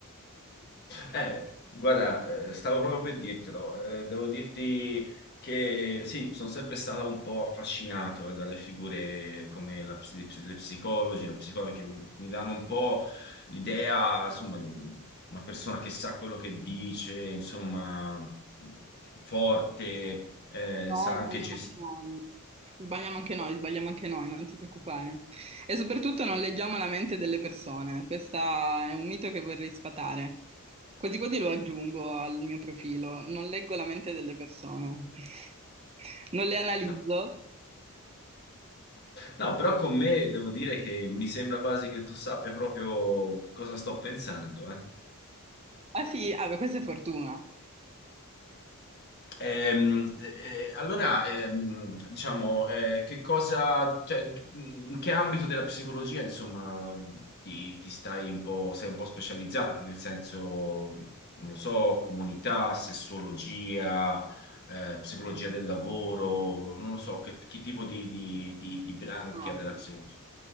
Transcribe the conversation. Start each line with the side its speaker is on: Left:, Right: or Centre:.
Right: <laughs>
Left: Eh, guarda, eh, stavo proprio per dirtelo. Eh, devo dirti che sì, sono sempre stato un po' affascinato eh, dalle figure come la ps- le psicologi, la psicologa, che mi mi danno un po' l'idea, insomma, di una persona che sa quello che dice, insomma, forte, eh,
Right: No,
Left: sa anche
Right: sbagliamo
Left: gestire.
Right: anche noi. Sbagliamo anche noi, sbagliamo anche noi, non ti preoccupare. E soprattutto non leggiamo la mente delle persone. Questo è un mito che vorrei sfatare. Quasi quasi lo aggiungo al mio profilo. Non leggo la mente delle persone. <laughs> Non le analizzo.
Left: No, no, però con me devo dire che mi sembra quasi che tu sappia proprio cosa sto pensando, eh.
Right: Ah sì, ah, beh, questa è fortuna.
Left: Ehm, eh, allora, ehm, diciamo, eh, che cosa, cioè, in che ambito della psicologia, insomma, ti, ti stai un po', sei un po' specializzata, nel senso, non lo so, comunità, sessuologia, eh, psicologia del lavoro, non lo so, che, che tipo di, di, di- di branchia
Right: Ah,
Left: della psicologia?